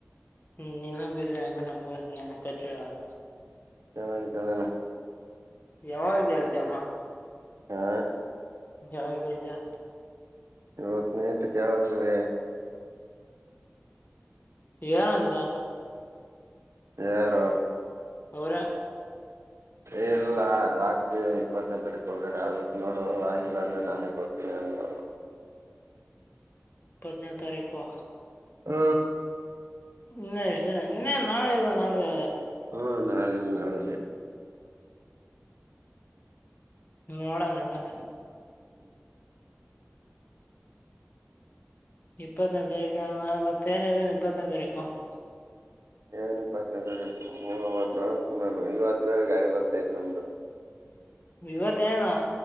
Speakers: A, on the left; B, on the right.
A: ಹ್ಮ್ ನೀನ್ಗ ಬಿಡ್ಲೆ ಹಂಗ ನಮ್ಗೂ ಹಂಗೆ ಅನಕೂತರಲ
B: ಚನ್ನಾಗಿ ಚನ್ನಲ್ಲ <inaudible>
A: ಯಾವಾಗ ಹೇಳ್ದಿಪ
B: ಹಾ
A: ಜಾಗಿದ್ಯ
B: ಇವತ್ತು ನೈಟ್ ಕೇಳ್ಕೊತಿನಿ
A: ಏನಂದ
B: ಯಾರು
A: ಅವರೆ
B: ಇಲ್ಲ ರಾ ಈಗ ಇಪ್ಪತ್ತನೆ ತಾರೀಕು ಒಳಗಡೆ ಆಗುತ್ತ ನೋಡು ಆಗಿಲ್ಲ ಅಂದ್ರೆ ನಾನೇ ಕೊಡ್ತೀನಿ ಅಂದ ಅವನು
A: ಇಪ್ಪತ್ತನೆ ತಾರೀಕು
B: ಹ್ಮ
A: ಇನ್ನ ಎಸ್ಟದಿನ ಇನ್ನೆನ ನಾಳೆ ಇಲ್ಲ ನಾಡದ್
B: ಹಾ ನಾಳೆ ಇಲ್ಲ ನಾಡದ್ದೆ
A: ಹ ನೋಡೋಣ ಅದರೆ
B: ಹ್ಮ್
A: ಇಪ್ಪತ್ತನೇದ ತಾರೀಕ ಆಗಲ್ಲ ಮತ್ತೆನಿದ್ದದ ಇಪ್ಪತ್ತನೇ ತಾರೀಕ
B: ಏನ ಇಪ್ಪತ್ತನೆ ತಾರೀಕ ಹ್ ಅವತ್ ನೋಡಮ್ ಸುಮಾರು ಐವತ್ತನೇ ಗಾಡಿ ಬರತೈತಿ ನಮ್ದು
A: ಇವತೆನು